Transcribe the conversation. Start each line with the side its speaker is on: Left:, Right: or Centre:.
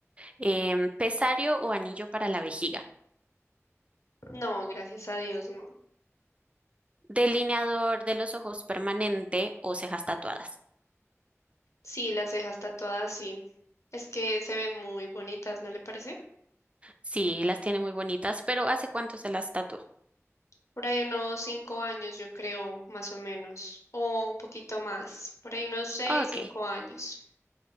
Right: Em, pesario o anillo para la vejiga.
Left: No, gracias a Dios, no.
Right: Delineador de los ojos permanente o cejas tatuadas.
Left: Sí, las cejas tatuadas, sí. Es que se ven muy bonitas, ¿no le parece?
Right: Sí, las tiene muy bonitas, pero ¿hace cuánto se las tatuó?
Left: Por ahí unos cinco años, yo creo, más o menos, o un poquito más, por ahí unos seis,
Right: Ok,
Left: cinco años.